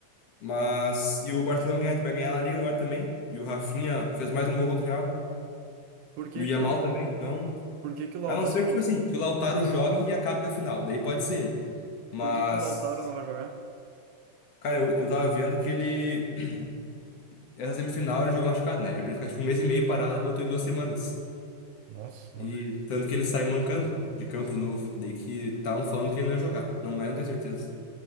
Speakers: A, on the left; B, on the right.
A: Mas. E o Barcelona ganha- vai ganhar a Liga agora também. E o Rafinha fez mais um gol contra o Real.
B: Por que
A: E o Yamal
B: que o,
A: também. Então.
B: por que que o Lautaro,
A: A não ser que,
B: não-
A: tipo assim, que o Lautaro jogue e acabe com a final. Daí pode ser ele. Mas.
B: por que que o Lautaro não vai jogar?
A: Cara, eu, eu tava vendo que ele. <clears throat> Essa semifinal ele jogou machucado, né? Era pra ele ficar tipo um mês e meio parado, ele botou em duas semanas.
B: Nossa,
A: E
B: não vi. isso.
A: tanto que ele sai mancando de campo de novo. Daí que estavam falando que ele não ia jogar. Não, mas eu não tenho certeza.